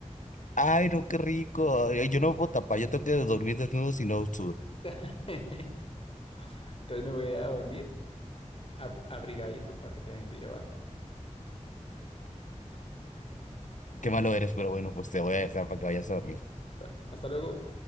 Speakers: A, on the left; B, on the left.
A: Ay, no, qué rico. Ay, Yo no puedo tapar, yo tengo que dormir desnudo si no sudo.
B: <laughs> Entonces me voy a dormir ab- abrigadito para que te envíe, ¿va?
A: Qué malo eres, pero bueno, pues te voy a dejar para que vayas a dormir.
B: Dale. Hasta luego.